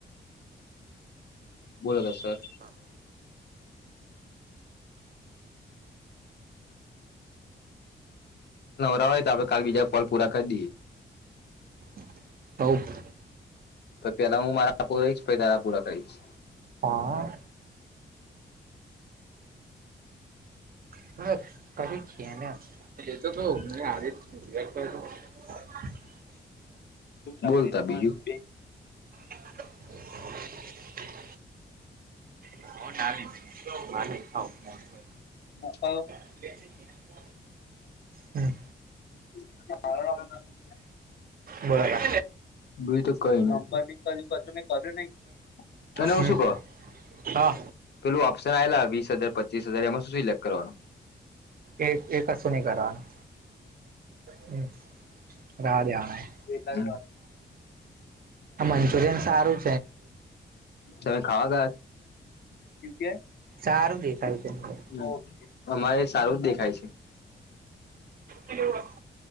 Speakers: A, on the left; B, on the right.
A: બોલો સર
B: ત <unintelligible>
A: નવરા હોય તો આપણે કાલ બીજા કોલ પૂરા કરી દઈએ.
B: હવ.
A: પેલા હું મારા આપ રહીશ પેદા રા પૂરા કરીશ.
B: હા. <unintelligible> <inaudible>
A: બોલતા બીજું.
B: હ <inaudible>
A: મોકો
B: <inaudible> હમ
A: <inaudible>
B: બોરા.
A: બી તો કઈની. તને હું
B: હમ
A: શું કહું,
B: હા
A: પેલું ઓપ્શન આવેલા વીસ હજાર પ પચીસ હજાર એમાં શું સિલેક કરવાનું?
B: એ એક કશું નહી કરવાનું. હમ્મ, રેવા દેવાના.
A: એવું
B: ઈન્સ્યોરેન્સ આરૂ
A: તમે ખાવા ગયા?
B: સારું દેખાય છે એમને.
A: હમ્મ, અમારે સારું જ દેખાય છે.
B: હ